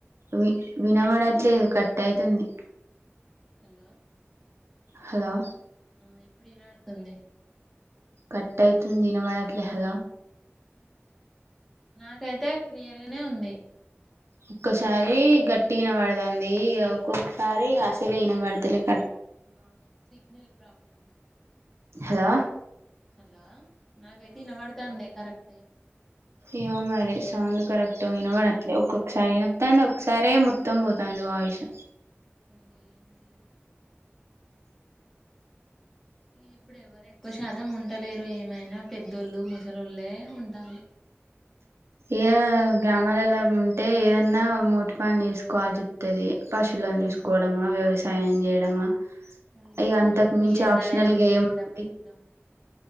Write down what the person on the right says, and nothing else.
వి వినబడట్లేదు? కట్
అయితుంది.
హలో
కట్టయితుంది ఇనబడట్లే హలో
ఒక్కసారి గట్టి ఇనబడుతుంది ఒక్కొక్కసారి అసలే ఇనబడ్తలే
హెలో
ఏమో మరిే సౌండ్ కరెక్ట్ వినబడట్లే ఒక్కొక్కసారి వినత్తడి ఒకసారిే మొత్తం పోతాంది వాయిస్
ఏ గ్రామాలలో ఉంటే ఏదన్నా మోటి పని చేసుకోవల్ిసి ఉంటది పశువులను
చూసుకోవడమా వ్యవసాయం చేయడమా
ఇగ
అంతకు మించి
ఆప్షనల్గ
ఏముంది